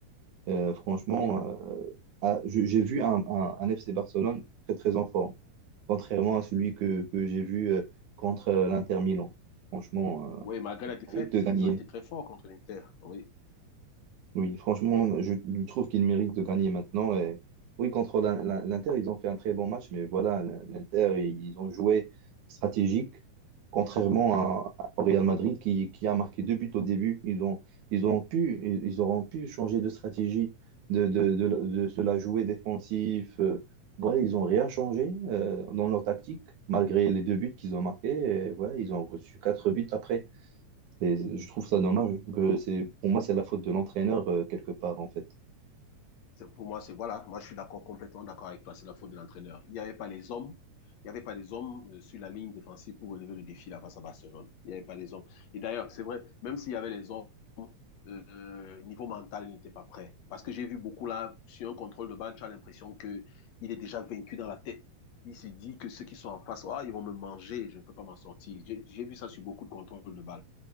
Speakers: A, on the right; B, on the left.
A: Euh, franchement,
B: Oui.
A: euh, ah, je- j'ai vu un, un- un FC Barcelone très très en forme, contrairement à celui que, que j'ai vu euh, contre euh, l'Inter Milan. Franchement, euh,
B: Oui, malgré la défaite,
A: mérite de gagner.
B: ils ont été très forts contre l'Inter. Oui.
A: Oui, franchement, je, je trouve qu'il mérite de gagner maintenant. Et... Oui, contre l'In- l'In- l'Inter, ils ont fait un très bon match, mais voilà, l'Inter, ils ont joué stratégique, contrairement à, à- au Real Madrid qui, qui a marqué deux buts au début. Ils ont, ils ont pu, ils ils auront pu changer de stratégie, de, de, de, de se la jouer défensif. euh, Voilà, ils n'ont rien changé euh, dans leur tactique, malgré les deux buts qu'ils ont marqués. Et voilà, ils ont reçu quatre
B: Oui.
A: buts après. Et je trouve ça dommage que c'est, pour moi, c'est la faute de l'entraîneur euh, quelque part, en fait.
B: pour moi, c'est voilà, moi je suis d'accord complètement d'accord avec toi, c'est la faute de l'entraîneur. Il n'y avait pas les hommes, il n'y avait pas les hommes euh, sur la ligne défensive pour relever le défi là face à Barcelone. Il n'y avait pas les hommes. Et d'ailleurs, c'est vrai, même s'il y avait les hommes, euh, niveau mental, il n'était pas prêt. Parce que j'ai vu beaucoup là, sur un contrôle de balle, tu as l'impression que il est déjà vaincu dans la tête. Il se dit que ceux qui sont en face, ah, ils vont me manger, je ne peux pas m'en sortir. j'ai vu ça sur beaucoup de contrôles de balle.